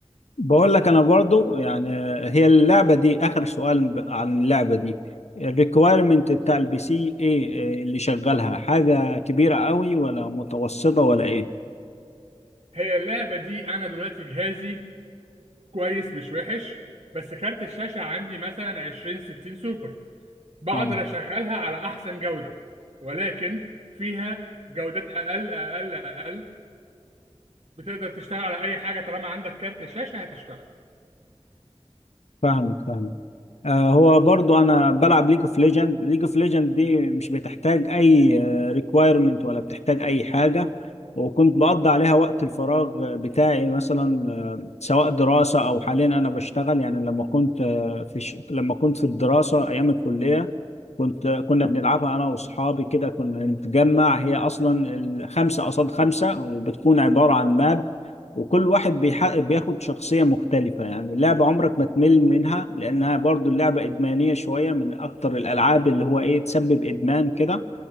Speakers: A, on the left (about 75°); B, on the right (about 55°).
A: بقول لك انا برضو يعني هي اللعبة دي اخر سؤال ب- عن اللعبة دي الريكويرمنت بتاع البي سي ايه آه، اللي شغالها حاجة كبيرة قوي ولا متوسطة ولا ايه
B: هي اللعبة دي أنا دلوقتي جهازي كويس مش وحش بس كارت الشاشة عندي مثلا 20 60 سوبر بقدر
A: آه.
B: أشغلها على أحسن جودة ولكن فيها جودات أقل أقل أقل بتقدر تشتغل على أي حاجة طالما عندك كارت شاشة هتشتغل
A: فاهمك فاهمك آه، هو برضو انا بلعب ليج اوف ليجند ليج اوف ليجند دي مش بتحتاج اي ريكويرمنت ولا بتحتاج اي حاجه وكنت بقضي عليها وقت الفراغ بتاعي مثلا آه، سواء دراسه او حاليا انا بشتغل يعني لما كنت آه، في ش... لما كنت في الدراسه ايام الكليه كنت آه، كنا بنلعبها انا واصحابي كده كنا نتجمع هي اصلا ال- خمسه قصاد خمسه وبتكون عباره عن ماب وكل واحد بيحقق بياخد شخصية مختلفة يعني اللعبة عمرك ما تمل منها لأنها برضو اللعبة إدمانية شوية من أكتر الألعاب اللي هو إيه تسبب إدمان كده